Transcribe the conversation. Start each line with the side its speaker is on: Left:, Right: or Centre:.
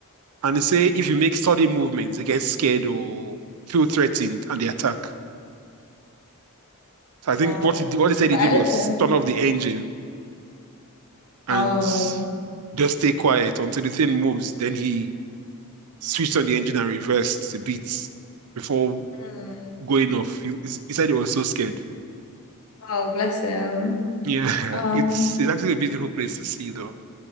Right: And they say if you make sudden movements, they get scared or feel threatened and they attack. So I think
Left: Wow.
Right: what he, what he said
Left: For
Right: he
Left: elephant.
Right: did was turn off the engine and
Left: Oh.
Right: just stay quiet until the thing moves. Then he switched on the engine and reversed the beats before
Left: mm.
Right: going off. He, he said he was so scared.
Left: Oh, bless him.
Right: Yeah, <laughs>
Left: Um,
Right: it's it's actually a beautiful place to see though.